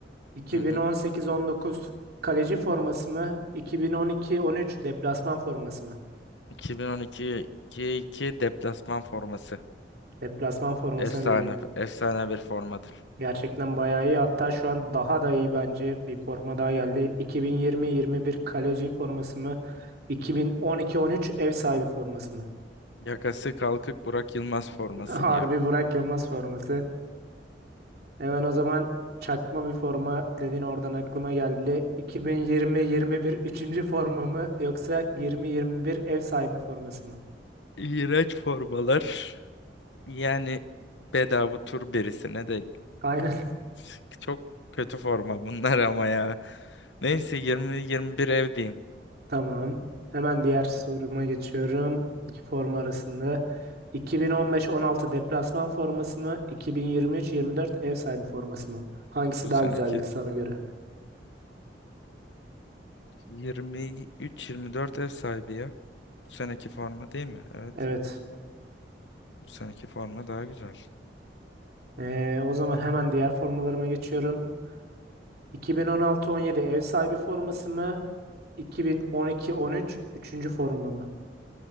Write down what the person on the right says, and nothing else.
iki
bin on sekiz on dokuz kaleci forması mı? iki bin on iki on üç deplasman forması mı?
Deplasman formasını
dedi.
Gerçekten bayağı iyi. Hatta şu an daha da iyi bence. Bir forma daha geldi. iki bin yirmi yirmi bir kaleci forması mı? iki bin on iki on üç ev sahibi forması mı?
<laughs> Harbi
Burak Yılmaz forması. Hemen o zaman çakma bir forma dedin oradan aklıma geldi. 2020-21 üçüncü forma mı yoksa 20-21 ev sahibi forması mı?
Aynen
<laughs> tamam. Hemen diğer soruma geçiyorum. İki forma arasında. 2015-16 deplasman forması mı? 2023-24 ev sahibi forması mı? Hangisi
daha
güzeldi sana göre?
Evet.
Ee, o zaman hemen diğer formalarıma geçiyorum. 2016-17 ev sahibi forması mı? 2012-13 üçüncü forma mı?